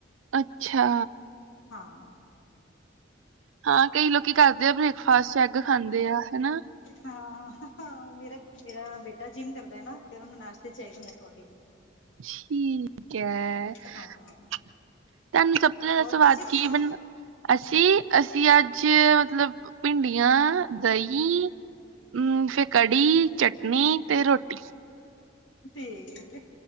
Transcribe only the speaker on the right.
ਅੱਛਾ
ਹਾਂ, ਕਈ ਲੋਕੀ ਕਰਦੇ ਆ ਬ੍ਰੇਕਫਾਸਟ ਚ ਐਗ ਖਾਂਦੇ ਆ ਹਨਾ।
ਠੀਕ ਹੈ।
ਤੁਹਾਨੂੰ ਸਭ ਤੋਂ ਜ਼ਿਆਦਾ
ਸਵਾਦ
ਕੀ ਬ। ਅਸੀਂ ਅਸੀਂ ਅੱਜ ਮਤਲਬ। ਭਿੰਡੀਆਂ ਦਹੀਂ ਹਮ ਫਿਰ ਕੜੀ ਚਟਨੀ ਤੇ ਰੋਟੀ।